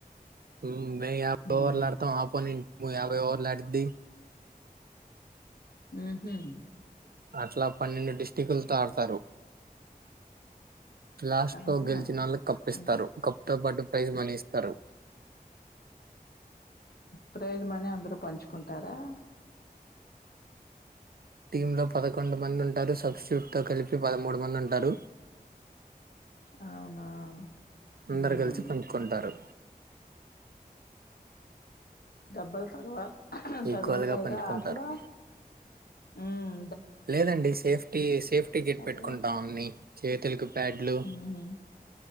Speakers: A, on the right (about 75°); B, on the left (about 80°).
A: ఉమ్ మే యా
B: హ్మ్
A: ఓవర్లులాడుతాం ఆపోనెంట్ మ యాభై ఓర్లాడి ది
B: ఉహు
A: అట్లా పన్నెండు డిస్టిక్లతో ఆడతారు లాస్ట్
B: ఆహా
A: లో గెలిచిన వాళ్ళు కప్
B: హ్మ్
A: ఇస్తారు కప్ తో పాటు ప్రైజ మని ఇస్తారు
B: ప్రైస్ మినీ అందరుూ పంచుకుంటారా
A: టీమ్ లో పదకొండు మంది ఉంటారు సబ్స్టూట్ తో కలిపి పదమూడు మంది ఉంటారు
B: అవునా
A: అందరు
B: హ్మ్
A: కలిసి పంచుకుంటారు
B: దేబ్బల్ తగవా తగులుతుగా
A: ఈక్వల్ గా పంచుకుంటారు
B: ఆటలో మ్మ్
A: లేదండి సేఫ్టీ సేఫ్టీ గిట్
B: ఆటలో
A: పెట్టుకుంటాం అన్ని చేతులలకు ప్యాడ్లు
B: ఊహూ